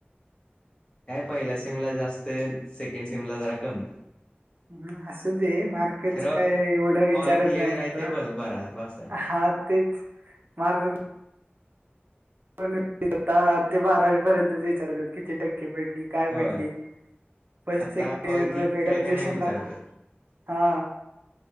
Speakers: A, on the left; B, on the right.
A: काय पहिल्या सेमला जास्त, सेकंड सीमला जरा कमी.
B: ह असुदे, मार्केच
A: खरं
B: काय एवढं विचारत
A: ऑल क्लिअर
B: नाहीत
A: आहे
B: आता.
A: ते बस बरा बस आहे
B: हा तेच, मार्क <unintelligible> आता ते बारावी पर्यंत विचारतात किती टक्के पडली? काय
A: होय
B: पडली? पैस्
A: आता
B: के
A: ऑल क्लिअर आहे
B: रेजएशनला,
A: का नाही विचारतात
B: हा.